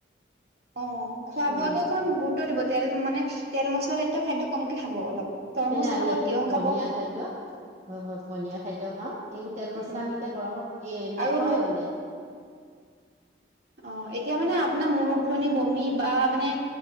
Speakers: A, on the right; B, on the right.
A: অ খোৱা
B: উম।
A: বোৱাটো অকণমান গুৰুত্ব দিব তেল মানে তেল মছলাজাতীয় খাদ্য কমকে খাব অলপ। তৰমুজ
B: মনে আমি
A: খাব
B: একদম
A: তিয়হ
B: পনিয়া
A: খাব
B: খাদ্য। হয় হয় পনীয়াৰ খাদ্য খাও এইবোৰ তেল
A: উম
B: মছলা আমি এতিয়া গৰমত এ নাখাওৱে
A: আৰু
B: মানে।
A: অ এতিয়া মানে আপোনাৰ মূৰ ঘূৰণি বমি বা মানে